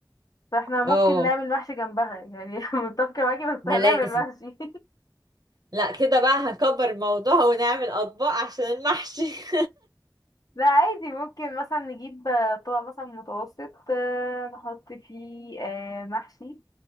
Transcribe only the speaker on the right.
اه
ده
لازم
لا كده بقى هنكبر الموضوع ونعمل اطباق عشان المحشي <laughs>